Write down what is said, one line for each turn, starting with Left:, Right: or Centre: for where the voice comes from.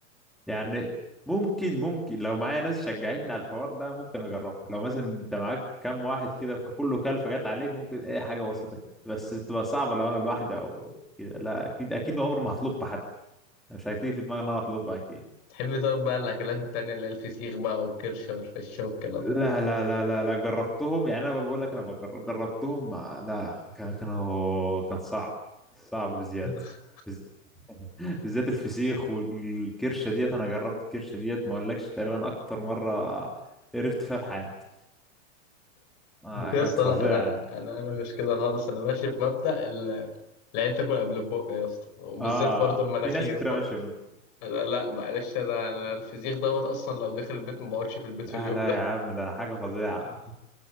Centre: يعني ممكن ممكن لو معايا ناس شجعتني على الحوار ده ممكن اجربه لو مثلا انت معاك كام واحد كده فكله كلفه جت عليك ممكن اي حاجه بسيطه كده بس تبقى صعبه لو انا لوحدي او كده لا اكيد اكيد عمري ما هطلبها حتى مش هتيجي في دماغي ان انا اطلبها اكيد
Left: تحبي طيب بقى الأكلات التانية اللي هي الفسيخ بقى والكرشة والفشة والكلام ده
Centre: لا لا لا لا لا جربتهم يعني انا بقول لك انا بجر- جربتهم ما- لا كان كان هو- كان صعب صعب بزياده
Left: <laughs>
Centre: بز- <laughs> بالذات الفسيخ والكرشه ديت انا جربت الكرشه ديت ما اقولكش تقريبا اكتر مره قرفت فيها في حياتي آه
Left: يا
Centre: كانت
Left: اسطى
Centre: فظيعه
Left: لا أنا
Centre: يعني
Left: أنا أنا مش كده خالص أنا ماشي بمبدأ ال- العين تاكل قبل البق يا اسطى وبالذات
Centre: اه
Left: برضو المناخير
Centre: في ناس كتير
Left: برضو
Centre: ماشيه ب-
Left: لا لا معلش أنا أنا الفسيخ دوت أصلا لو دخل البيت ما بقعدش في البيت في
Centre: لا
Left: اليوم
Centre: لا
Left: ده
Centre: يا عم ده حاجه فظيعه <laughs>